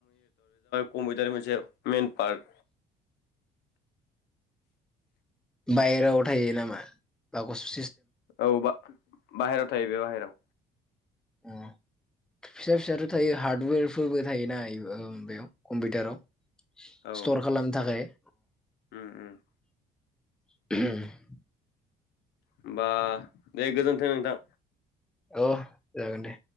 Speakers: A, on the left; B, in the centre.
A: कमपिटारनि मोनसे मेन पार्ट।
B: बायहेरायाव थायो नामा बा गस
A: औ बा-बाहेरायाव थायो बे बाहेराव।
B: अ' फिसा फिसाथ' थायो हार्डवेरफोरबो थायोना ए औ बेयाव कम्पिउटाराव। सिथर
A: औ
B: खालामनो थाखाय
A: उम उम
B: <inaudible>
A: होमबा दे गोजोन्थों नोंथां।
B: ओ जागोन दे